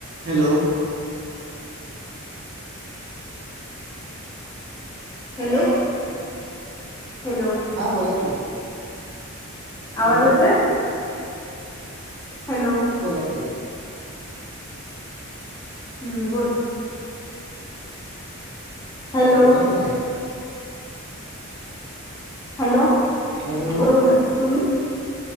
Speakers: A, on the right (about 50°); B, on the left (about 15°).
A: Hello.
B: Hello. Hello.
A: हा बोला की
B: आवाज
A: हॅलो
B: येतोय? हॅलो.
A: बोला की.
B: हम्म. बोल. हॅलो.
A: जेवला का नाही
B: हॅलो.
A: हॅलो.
B: होनच. तुम्ही?